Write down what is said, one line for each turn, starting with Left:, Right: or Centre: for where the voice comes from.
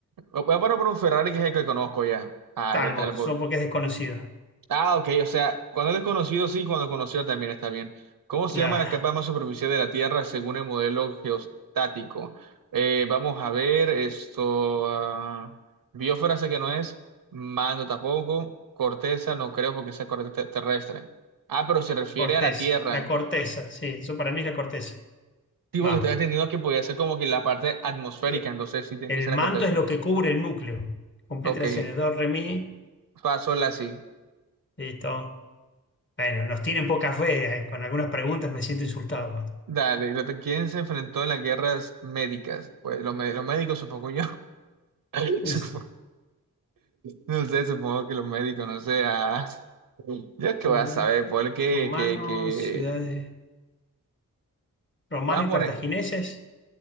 Right: Voy a poner por un Ferrari que es el que conozco ya. Ah,
Left: Talbot,
Right: era el tal.
Left: solo porque es desconocido.
Right: Ah, ok, o sea, cuando es desconocido sí, cuando es conocido también está bien. ¿Cómo se
Left: Claro.
Right: llama la capa más superficial de la Tierra según el modelo geostático? Eh, vamos a ver, esto, ah, biosfera sé que no es, mando tampoco, corteza no creo porque sea corteza te- terrestre. Ah, pero se
Left: <laughs>
Right: refiere
Left: Corteza.
Right: a la Tierra.
Left: La corteza, sí. Eso para mí es la corteza.
Right: Sí,
Left: Vamos.
Right: porque estoy entendiendo que podía ser como que la parte atmosférica,
Left: Que
Right: entonces sí tiene
Left: El
Right: que ser
Left: manto
Right: la corteza.
Left: es lo que cubre el núcleo. Complete
Right: Ok,
Left: el do, re, mi.
Right: paso la sí.
Left: Listo. Bueno, nos tienen poca fe. eh, Con algunas preguntas me siento insultado.
Right: Dale, ¿y la- t- ¿quién se enfrentó en las guerras médicas? Pues los, mé- los médicos, supongo yo. <laughs>
Left: Sí.
Right: Supo- No sé, supongo que los médicos, no sé. ah. Yo es que
Left: Muy
Right: voy a saber,
Left: bien.
Right: porque
Left: Romanos,
Right: que, que...
Left: ciudades. Romanos
Right: Vamos a
Left: y
Right: poner,
Left: cartagineses.